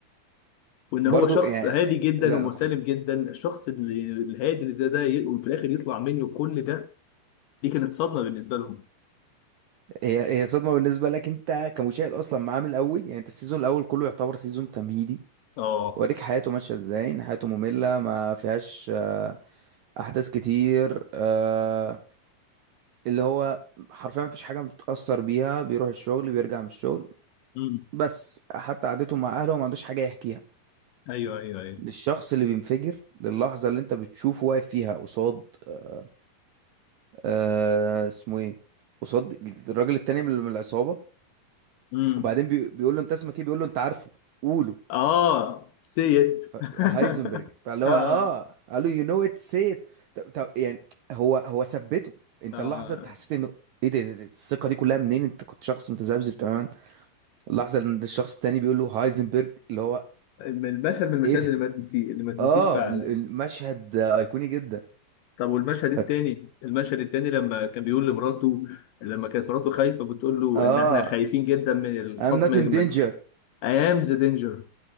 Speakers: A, on the left; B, on the right.
A: وان هو
B: برضو
A: شخص
B: يعني
A: هادي جدا
B: لا
A: ومسالم جدا الشخص اللي- الهادي اللي زي ده ي- وفي الاخر يطلع منه كل ده دي كانت صدمه بالنسبه لهم
B: هي هي صدمة بالنسبة لك انت كمشاهد اصلا معاه من الاول يعني انت السيزون الاول كله يعتبر سيزون تمهيدي
A: اه
B: وريك حياته ماشية ازاي ان حياته مملة ما فيهاش آه، احداث كتير آه، اللي هو حرفيا مفيش حاجة متأثر بيها بيروح الشغل بيرجع من الشغل
A: امم
B: بس حتى قعدته مع اهله ما عندوش حاجة يحكيها
A: ايوه ايوه ايوه
B: للشخص اللي بينفجر للحظة اللي انت بتشوفه واقف فيها قصاد آه آه، اسمه ايه قصاد الراجل التاني من من العصابة
A: امم
B: وبعدين بي- بيقول له انت اسمك ايه بيقول له انت عارفه قوله
A: اه سيت
B: ف- هايزنبرج
A: <laughs>
B: فاللي هو
A: اه
B: اه قال له يو نو ات سي ات طب طب يعني هو هو ثبته انت
A: اه
B: اللحظه انت حسيت انه ايه ده, ده, ده الثقه دي كلها منين انت كنت شخص متذبذب تماما اللحظه ان الشخص التاني بيقول له هايزنبرج اللي هو
A: الم- المشهد من المشاهد
B: ايه ده
A: اللي ما تنسي اللي ما تنسيش
B: اه
A: فعلا
B: ال- المشهد ايقوني جدا
A: طب والمشهد التاني
B: ف...
A: المشهد التاني لما كان بيقول لمراته لما كانت مراته خايفه بتقول له
B: اه
A: ان احنا خايفين جدا من الخطر
B: I'm not in
A: من
B: danger
A: ايام ذا دينجر